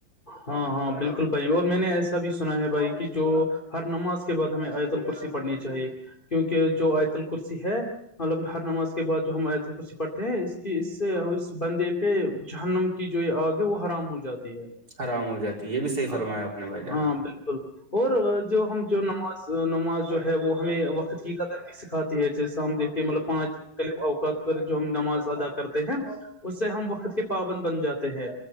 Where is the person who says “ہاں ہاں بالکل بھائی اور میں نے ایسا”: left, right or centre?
Left